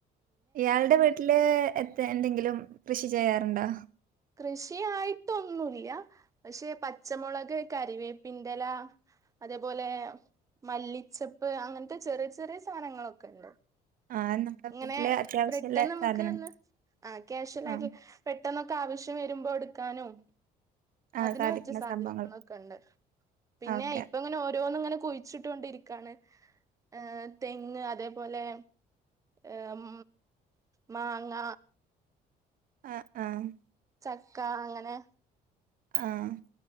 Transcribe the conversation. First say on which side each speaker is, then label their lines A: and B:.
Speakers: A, on the right; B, on the right.
A: ഇയാൾടെ വീട്ടില് എ എന്തെങ്കിലും കൃഷി ചെയ്യാറുണ്ടോ
B: കൃഷിയായിട്ടൊന്നുല്ല പഷെ പച്ചമുളക് കരിവേപ്പിന്റെല അതേപോലെ മല്ലിച്ചെപ്പ് അങ്ങൻത്തെ ചെറിയ ചെറിയ സാധനങ്ങളൊക്കെണ്ട്
A: ആ നമ്മുടെ
B: ഇങ്ങനെ
A: വീട്ടില് അത്യാവശ്യമുള്ള
B: പ്രിട്ടൺ നമുക്ക്
A: സാധനം
B: ഒന്ന് ആ ക്യാഷലായിട്ട
A: ആ
B: പെട്ടെന്നൊക്കെ ആവശ്യം വരുമ്പോ എടുക്കാനും
A: ആ
B: അതിന്
A: സാധിക്കുന്ന
B: പറ്റിയ സാധനങ്ങളൊക്കെണ്ട്
A: സംഭവങ്ങൾ
B: പിന്നെ
A: ഓക്കെ
B: ഇപ്പ ഇങ്ങനെ ഓരോന്നും ഇങ്ങനെ കുയിച്ചിട്ട ട്ടൊണ്ടിരിക്കാണ് ഏഹ് തെങ്ങ് അതേപോലെ ഏഹ് ഉം മാങ്ങ
A: ആഹ് ആഹ്
B: ചക്ക അങ്ങനെ
A: ആഹ്